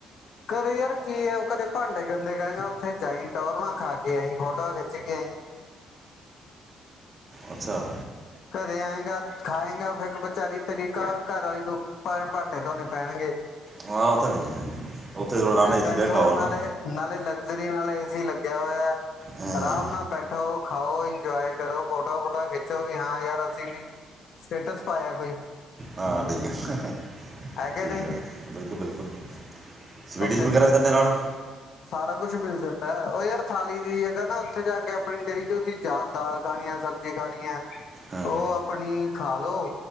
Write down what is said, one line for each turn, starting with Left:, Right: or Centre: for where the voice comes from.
Left: ਘਰੇ ਯਾਰ ਕੀ ਆ, ਉਹ ਘਰੇ ਭਾਂਡੇ ਗੰਦੇ ਕਰੇਂਗਾ, ਉੱਥੇ ਜਾਈਂ ਟੌਰ ਨਾ ਖਾ ਕੇ ਆਈਂ, ਫੋਟੋਆਂ ਖਿੱਚ ਕੇ ਆਈਂ।
Right: ਅੱਛਾ
Left: ਘਰੇ ਆਏਂਗਾ ਖਾਏਗਾ, ਫੇਰ ਵਿਚਾਰੀ ਤੇਰੀ ਘਰ ਨੂ ਭ ਭਾਂਡੇ ਤੋਨੇ ਪੈਣਗੇ।
Right: ਹਾਂ ਉਹ ਤਾਂ ਹੈ ਹੀ ਹੈ, ਉੱਥੇ ਸਗੋ ਏਸੀ
Left: ਬੈਠੋ
Right: ਬਹਿ ਕੇ ਖ ਆਓ
Left: ਨਾਲੇ
Right: ਹਨਾ।
Left: ਨਾਲੇ ਲਗਜ਼ਰੀ ਨਾਲ ਏ ਸੀ ਲੱਗਿਆ ਹੋਇਆ।
Right: ਹਾਂ,
Left: ਆਰਾਮ ਨਾਲ ਬੈਠੋ, ਖਾਓ, ਇੰਜੋਏ ਕਰੋ, ਫੋਟੋ- ਫੋਟੋ ਖਿੱਚੋ। ਕੋਈ ਹਾਂ ਯਾਰ ਅਸੀਂ ਵੀ ਸਟੇਟਸ ਪਾਇਆ ਕੋਈ।
Right: ਹਾਂ ਠੀਕ ਆ, ਹੇ, ਹੇ,
Left: ਹੈਗੇ
Right: ਠੀਕ
Left: ਨਹੀਂ
Right: ਆ, ਬਿਲਕੁਲ, ਬਿਲਕੁਲ। ਸਵੀਡਿਸ਼
Left: ਉੱਥੇ
Right: ਵਗੈਰਾ ਵੀ ਦਿੰਦੇ ਨਾਲ
Left: ਸਾਰਾ ਕੁਛ ਮਿਲ ਜਾਂਦਾ, ਉਹ ਯਾਰ ਥਾਲੀ ਦੀ ਜਗ੍ਹਾ ਨਾ ਉੱਥੇ ਜਾ ਕੇ ਆਪਣੀ ਜਿਹੜੀ ਕਿ ਤੁਸੀਂ ਯਾਦ ਦਾਰ ਖਾਣ ਆ। ਖਾਣੀ ਐ,
Right: ਹਾਂ
Left: ਉਹ ਆਪਣੀ ਖਾ ਲੋ।